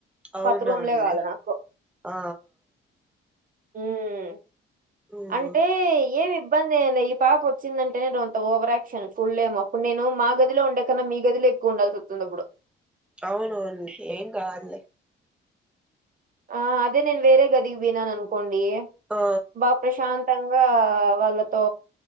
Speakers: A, in the centre; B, on the right.
A: అవునవునులే
B: కొత్త రూమ్లే కావలె నాకు
A: ఆ
B: ఉమ్
A: హ్మ్
B: అంటే ఏమి ఇబ్బంది ఎల్లీ ఈ పాప విందంటే నేను అంత ఓవరాక్షన్ ఫుల్ ఏం అప్పుడు నేను మా గదిలో ఉండే కన్నా మీ గదిలె ఉండాల్సోస్తుందప్పుడు
A: అవును ఏమ్కాదులే
B: ఆ అదే నేన్వేర గదికి పోయిననుకొండి
A: ఆ
B: బా ప్రశాంతంగా వాళ్ళతో